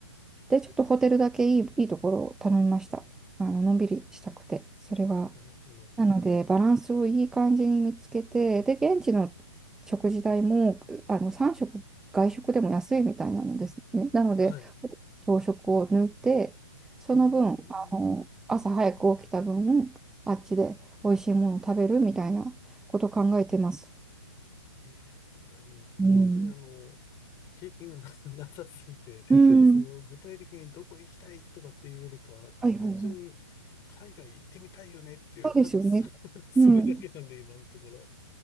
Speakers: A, in the centre; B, on the left.
A: で、ちょっとホテルだけいい、いいところを頼みました。あの、のんびりしたくて、それは。
B: なるほど、なるほど。
A: なので、バランスをいい感じに見つけて、で、現地の食事代も、あの、3食、外食でも安いみたいなのですね。なので、
B: はい、
A: 朝食を抜いて、その分、
B: うー
A: あの、
B: ん、
A: 朝早く起きた分、あっちで美味しいものを食べるみたいなことを考えてます。
B: えー、いや、もう本当にあの、
A: うん。
B: 経験がな、<laughs> なさすぎて、
A: うん。
B: その具体的にどこ行きたいとかっていうよりかは、
A: はいはいはい。
B: 単純に海外行ってみたいよねっていう、
A: そうですよね。
B: ただそ、<laughs> それだけなんで今のところ。
A: うん。